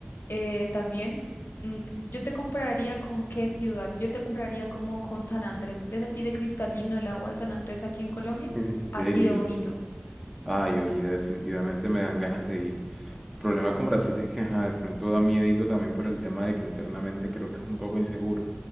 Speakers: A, on the left; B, in the centre.
A: eh, también. mm, s- Yo te compararía con qué ciudad, yo te compraría como con San Andrés, ¿ves así de cristalino el agua de San Andrés aquí en Colombia?
B: ¿En serio?
A: Así de bonito.
B: Ay, oye, definitivamente me dan ganas de ir. El problema con Brasil es que, ajá, de pronto da miedito también por el tema de que internamente creo que es un poco inseguro.